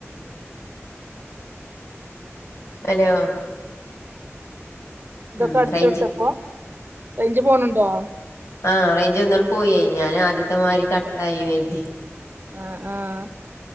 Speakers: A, on the left; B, on the right.
A: ഹലോ
B: ഇതൊക്കെ
A: ഉം
B: അട്ച്ച്
A: റേഞ്ച്
B: കൊട്ത്തപ്പോ റേഞ്ച് പോണ് ണ്ടോ?
A: ആഹ് റേഞ്ച് വന്ന്ങ്ങട്ട് പോയേ ഞാൻ ആദ്യത്തെ മാരി കട്ടായീനി കർതി
B: ആഹ് ആഹ്